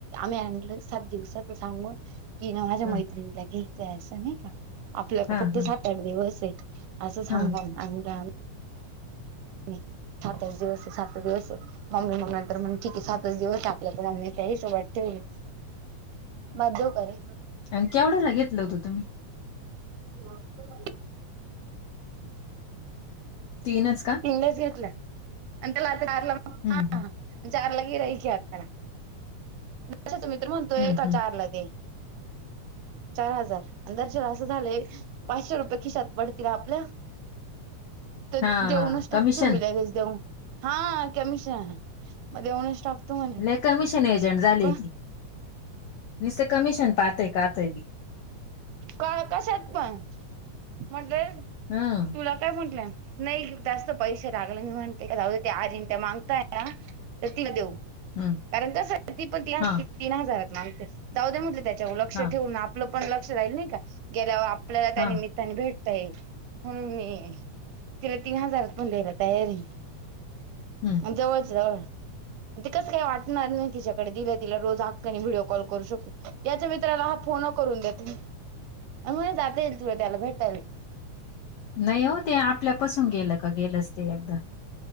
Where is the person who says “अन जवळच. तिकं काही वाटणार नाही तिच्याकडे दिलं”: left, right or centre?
Right